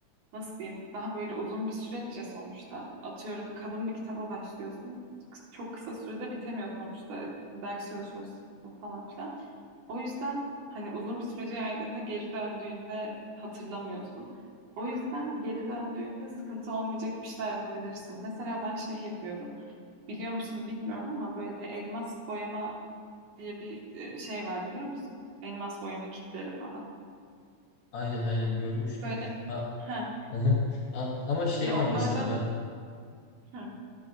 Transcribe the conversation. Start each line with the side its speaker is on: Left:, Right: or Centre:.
Right: nasıl diyeyim daha böyle uzun bir süreç ya sonuçta. Atıyorum kalın bir kitaba başlıyorsun. Kı- Çok kısa sürede bitemiyor sonuçta. Ders çalışıyorsun falan filan. O yüzden hani uzun bir sürece yaydığında geri döndüğünde hatırlamıyorsun. O yüzden geri döndüğünde sıkıntı olmayacak bir şeyler yapabilirsin. Mesela ben şey yapıyorum. Biliyor musun bilmiyorum ama böyle elmas boyama diye bir e, şey var biliyor musun? Elmas boyama kitleri falan.
Left: Aynen aynen görmüştüm.
Right: Böyle
Left: Ha,
Right: ha
Left: <laughs> Ha, ama şey
Right: ya
Left: var
Right: onlardan
Left: mesela ben
Right: heh,